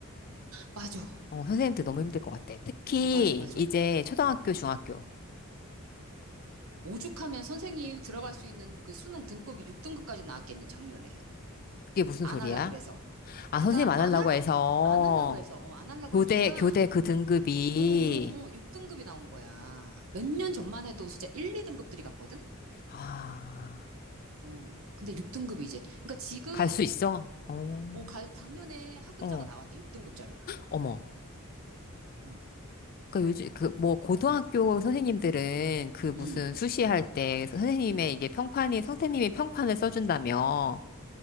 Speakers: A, on the right; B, on the left.
A: 맞아.
B: 어, 선생님들 너무 힘들 것 같아. 특히
A: 어, 맞아, 맞아.
B: 이제 초등학교, 중학교.
A: 오죽하면 선생님 들어갈 수 있는 그 수능 등급이 6등급까지 나왔겠니, 작년에.
B: 그게 무슨
A: 안
B: 소리야?
A: 할라 그래서.
B: 아,
A: 그러니까
B: 선생님 안
A: 안
B: 하려고
A: 할라.
B: 해서
A: 안 하려고 해서 어, 안 하려고
B: 교대,
A: 하니까
B: 교대 그 등급이,
A: 어, 어, 어, 6등급이 나온 거야. 몇 년 전만 해도 진짜 1, 2등급들이 갔거든?
B: 아,
A: 어. 근데 6등급이 이제. 그러니까 지금
B: 갈 수 있어? 어,
A: 어, 가- 작년에 합격자가
B: 어,
A: 나왔대. 6등급짜리가.
B: 어머.
A: 응.
B: 그 요즘 그 뭐 고등학교 선생님들은 그 무슨
A: 음, 음.
B: 수시할 때 선생님의 이게 평판이 선생님이 평판을 써준다며